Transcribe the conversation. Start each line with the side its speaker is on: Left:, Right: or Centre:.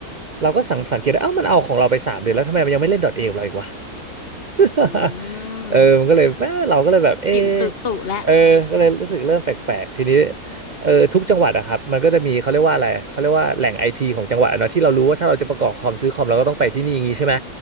Right: เราก็สังสังเกตได้เอ้ามันเอาของเราไปสามเดือนแล้วทำไมมันยังไม่เล่นดอทเอเราอีกวะ
Left: อื
Right: <laughs> เออมันก็เลยเอ้อเราก็เลยแบบเออ
Left: มกลิ่นตุตุแล้ว
Right: เออก็เลยรู้สึกเริ่มแปลกๆทีนี้เออทุกจังหวัดอะครับมันก็จะมีเขาเรียกว่าอะไรเขาเรียกว่าแหล่งไอทีของจังหวัดอะเนาะที่เรารู้ว่าถ้าเราจะประกอบคอมซื้อคอมเราก็ต้องไปที่นี่อย่างงี้ใช่ไหม